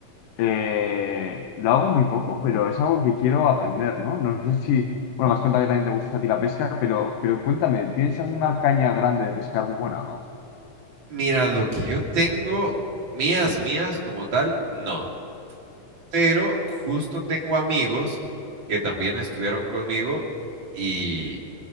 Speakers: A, on the left; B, on the right.
A: eh, lo hago muy poco, pero es algo que quiero aprender, ¿no? No sé si, bueno, me has contado que también te gusta a ti la pesca, pero, pero cuéntame, ¿tienes alguna caña grande de pescar buena o no?
B: Mira, lo que yo tengo, mías, mías como tal, no. pero justo tengo amigos que también estudiaron conmigo y,